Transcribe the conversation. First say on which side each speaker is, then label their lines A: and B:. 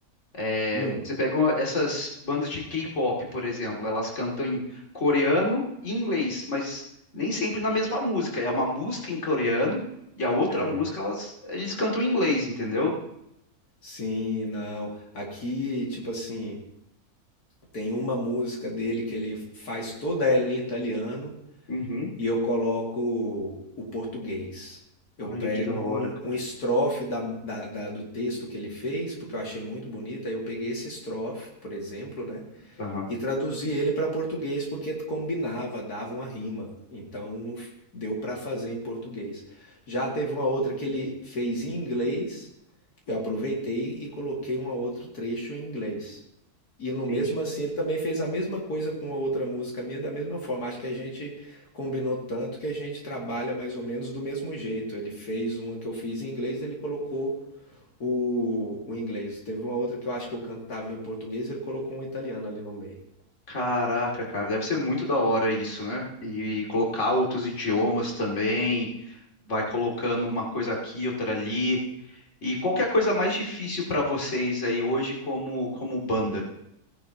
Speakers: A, on the left (about 50°); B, on the left (about 80°).
A: É,
B: Hum,
A: você pegou essas bandas de K-pop, por exemplo, elas cantam em coreano e inglês, mas nem sempre na mesma música. É uma música em coreano e a outra
B: é.
A: música elas, eles cantam em inglês, entendeu?
B: Sim, não. Aqui, tipo assim, tem uma música dele que ele faz toda ela em italiano.
A: Uhum.
B: e eu coloco o português. Eu
A: Olha
B: prego
A: que da hora,
B: um,
A: cara.
B: um estrofe da, da, da- do texto que ele fez, porque eu achei muito bonita. Eu peguei esse estrofe, por exemplo, né?
A: Aham,
B: E traduzi ele para português, porque combinava, dava uma rima. Então no- deu para fazer em português. Já teve uma outra que ele fez em inglês, eu aproveitei e coloquei um outro trecho em inglês. E no
A: entendi.
B: mesmo assim, ele também fez a mesma coisa com a outra música minha, da mesma forma. Acho que a gente combinou tanto que a gente trabalha mais ou menos do mesmo jeito. Ele fez uma que eu fiz em inglês, ele colocou o, o inglês. Teve uma outra que eu acho que eu cantava em português, ele colocou um italiano ali no meio.
A: Caraca, cara, deve ser muito da hora isso, né? E colocar outros idiomas também, vai colocando uma coisa aqui, outra ali. E qual que é a coisa mais difícil pra vocês aí hoje como como banda?